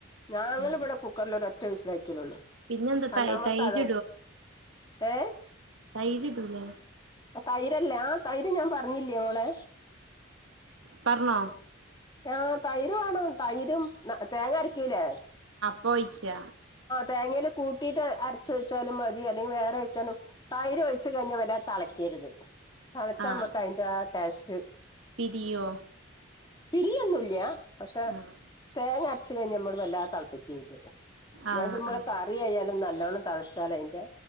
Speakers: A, on the left; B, on the right.
A: ഞങ്ങ
B: ആഹ്
A: ഇവിടെ കുക്കറൽ ഒറ്റ വിസിലാക്കി ള്ളൂ
B: പിന്നെന്താ
A: രണ്ടാമത്തെ
B: തൈ തൈര്
A: അത ഏ
B: തയ് കിട്ടൂലേ
A: തൈരല്ലേ ആ തൈര് ഞാൻ പറഞ്ഞില്ലേ മോളെ
B: പറണോ
A: ആ് തൈര് വേണംോ തൈരും തേങ്ങ അരക്കൂല്ലേ
B: പോയിച്ചാ
A: തേങ്ങയിൽ കൂട്ടിയിട്ട് അരച്ച വെച്ചാലും മതി അല്ലെങ്കിൽ വേറെ ഒഴച്ചാലും തൈര് ഒഴിു കഴിഞ്ഞൽ വല്ലത ളക്കി തളച്ച
B: ആഹ്
A: നമ്മക്ക് അതിന്റെ ആ ടാസ്റ്റ്
B: പിരിയോ
A: പിരിയൊന്നുംല്ല പക്ഷെ
B: ആഹ്
A: തേങ്ങ അരച്ച് കഴിഞ്ഞ നമ്മള് വല്ലാ തിളപ്പിക്കത്
B: ആഹ്
A: ഞാൻ ചുമ്മളെ
B: ആഹ്
A: കറിയായാലും നല്ലോണം തളസാല അതിന്റെ